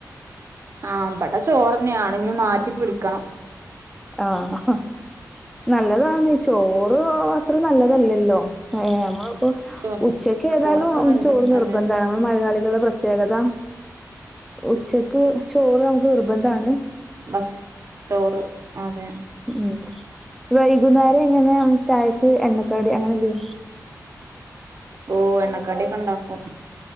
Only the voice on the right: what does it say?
ആ ഇബടെ ചോറന്നേണ് ഞി മാറ്റി പിടിക്കണം
സോ
ചോറത്ര നല്ലത്
അതെ
ഭക്ഷ് ചോറ് അതെ
ഓഹ് എണ്ണക്കടി ക്കെ ഉണ്ടാക്കും